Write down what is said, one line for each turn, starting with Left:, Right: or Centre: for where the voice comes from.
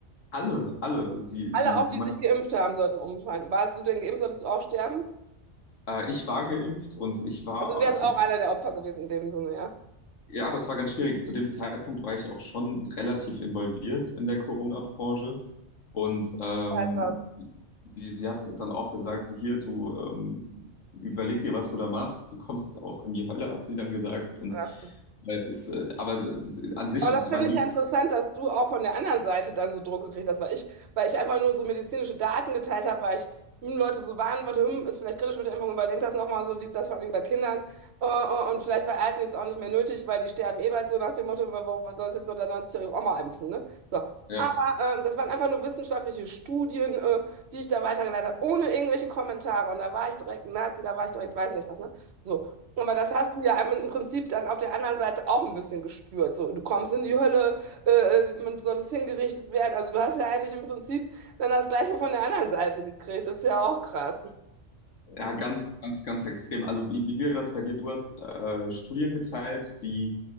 Left: alle, alle, sie,
Right: Alle
Left: sie,
Right: auch,
Left: sie
Right: die
Left: meint,
Right: sich geimpft haben, sollten umfallen. Warst du denn geimpft, solltest du auch sterben?
Left: äh, ich war geimpft und ich war
Right: Also du wärst
Left: zu
Right: auch einer der Opfer gewesen in dem Sinne, ja.
Left: Ja, das war ganz schwierig. Zu dem Zeitpunkt war ich auch schon relativ involviert in der Corona-Branche. Und ähm,
Right: Heißt das.
Left: sie, sie hat dann auch gesagt, so hier, du ähm, überleg dir, was du da machst. Du kommst auch in die Hölle, hat sie dann gesagt. Und
Right: Krass.
Left: äh, es, äh, aber sie- sie- an sich,
Right: Aber
Left: sie
Right: das finde
Left: war nie,
Right: ich ja interessant, dass du auch von der anderen Seite dann so Druck gekriegt hast, weil ich, weil ich einfach nur so medizinische Daten geteilt habe, weil ich hm, Leute so warnen wollte, hm, ist vielleicht kritisch mit der Impfung, überdenkt das nochmal so, dies, das vor allem bei Kindern äh, äh, und vielleicht bei Alten jetzt auch nicht mehr nötig, weil die sterben eh bald so nach dem Motto, warum was soll jetzt so der 90-jährige Oma impfen, ne? So.
Left: ja,
Right: Aber ähm, das waren einfach nur wissenschaftliche Studien, äh, die ich da weitergeleitet habe, ohne irgendwelche Kommentare. Und da war ich direkt Nazi, da war ich direkt weiß nicht was, ne? So. Aber das hast du ja im Prinzip dann auf der anderen Seite auch ein bisschen gespürt. So, du kommst in die Hölle, äh, du solltest hingerichtet werden. Also du hast ja eigentlich im Prinzip dann das Gleiche von der anderen Seite gekriegt. Ist ja auch krass.
Left: ja, ganz, ganz, ganz extrem. Also wie, wie wäre das bei dir? Du hast äh, Studien geteilt, die,